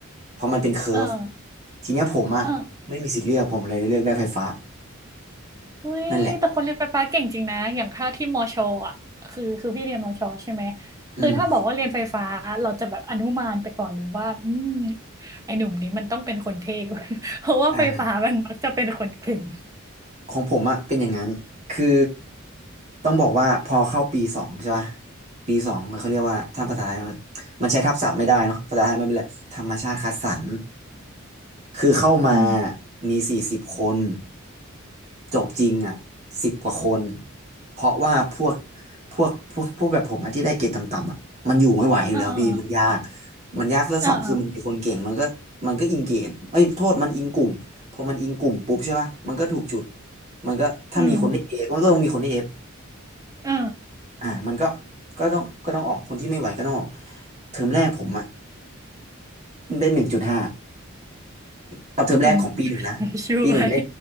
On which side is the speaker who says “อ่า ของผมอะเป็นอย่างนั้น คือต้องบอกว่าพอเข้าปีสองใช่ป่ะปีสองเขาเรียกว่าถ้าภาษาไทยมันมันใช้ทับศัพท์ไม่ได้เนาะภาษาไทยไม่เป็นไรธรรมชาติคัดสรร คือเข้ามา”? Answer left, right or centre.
Right